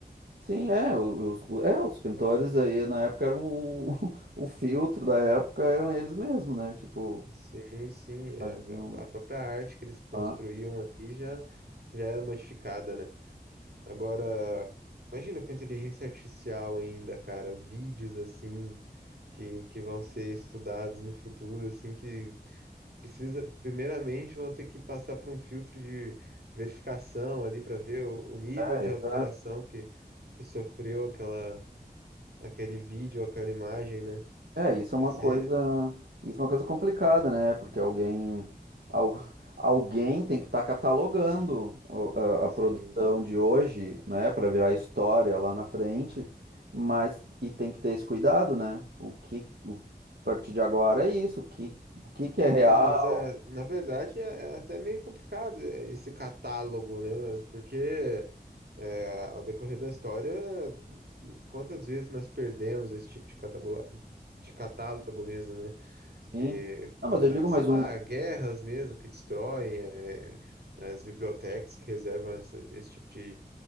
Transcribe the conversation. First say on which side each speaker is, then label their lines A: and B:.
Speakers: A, on the right; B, on the right.
A: Sim, é, o- os, o- é, os pintores aí na época eram o, <laughs> o filtro da época, eram eles mesmo, né? Tipo,
B: Sim, sim. é,
A: faziam.
B: a a própria arte que eles construíam
A: Ah,
B: ali já, já era modificada, né? Agora, imagina com a inteligência artificial ainda, cara, vídeos assim que, que vão ser estudados no futuro, assim, que Precisa, primeiramente, vão ter que passar por um filtro de verificação ali para ver o, o nível
A: é,
B: de
A: é, exato.
B: alteração que, que sofreu aquela, aquele vídeo, aquela imagem, né?
A: É, isso é
B: Vai
A: uma
B: ser,
A: coisa, isso é uma coisa complicada, né? Porque alguém, algu- <laughs> alguém tem que estar catalogando o- a, a
B: sim.
A: produção de hoje, né, Para virar história lá na frente, mas e tem que ter esse cuidado, né? O que, o- a partir de agora é isso, o que, o que que é real,
B: É, mas é, na verdade é, é até meio complicado é, esse catálogo, né? Mas porque é, ao decorrer da história, quantas vezes nós perdemos esse tipo de catálogo, de catálogo mesmo, né?
A: sim?
B: que,
A: Não,
B: eh,
A: mas eu digo
B: sei
A: mais
B: lá,
A: um,
B: guerras mesmo que destroem, eh, as bibliotecas que reservam essa- esse tipo de,